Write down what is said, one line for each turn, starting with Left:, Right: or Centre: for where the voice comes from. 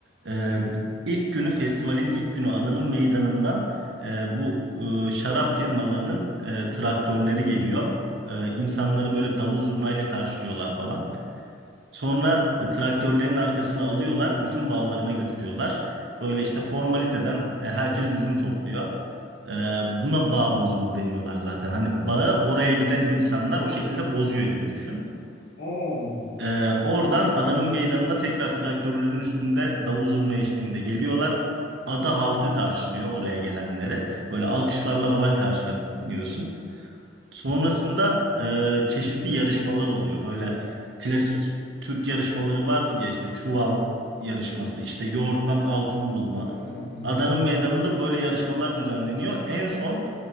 Right: Eee
Left: Hı hı.
Right: ilk günü festivalin ilk günü adanın meydanından eee, bu eee, şarap firmalarının eee, traktörleri geliyor. Eee, insanları böyle davul zurnayla karşılıyorlar falan. Sonra e, traktörlerin arkasına alıyorlar, üzüm bağlarına götürüyorlar. Böyle işte formaliteden e, herkes üzüm topluyor. E, Buna bağ bozumu deniyorlar zaten. Hani bağı oraya giden insanlar o şekilde bozuyor gibi düşün.
Left: Oho.
Right: E, Oradan adanın meydanına tekrar traktörlerin üstünde davul zurna eşliğinde geliyorlar. Ada halkı karşılıyor oraya gelenleri. Böyle alkışlarla falan karşılanıyorsun. Sonrasında e, çeşitli yarışmalar oluyor. Böyle klasik Türk yarışmaları vardır ya işte çuval yarışması, işte yoğurttan altın bulma.
Left: Hı hı hı
Right: Adanın meydanında böyle yarışmalar düzenleniyor. En son